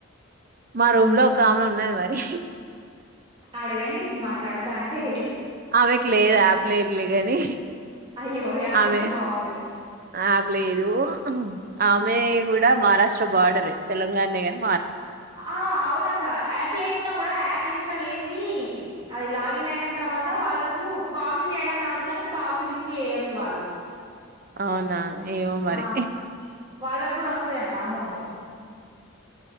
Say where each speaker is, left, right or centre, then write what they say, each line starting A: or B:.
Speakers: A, on the right; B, on the right.
A: మా
B: ఉమ్,
A: రూమ్ లో ఒక ఆమె ఉన్నది మరి
B: అడగండి మాట్లాడతా అంటే
A: అమెకి లేదు యాప్లేర్లే గాని
B: అయ్యో యాప్
A: అమె
B: ఉంటే బాగుండు
A: ఆ లేదు ఆమె కూడా మహారాష్ట్ర బార్డర తెలంగాణ కాని
B: ఆ అవునాక యాప్ లేకున్నా కూడా యాప్ ఇన్స్టాల్ చేసి అది లాగ న్ అయిన తర్వాత వాళ్ళలకు కాల్స్ చేయడం రాదు కాగాని కాల్స్ లిఫ్ట్ చేయొచ్చు వాళ్ళు
A: అవునా ఏమో మరి
B: ఆ వాళ్ళకు కూడా వస్తాయండి అమ్మౌంటిడి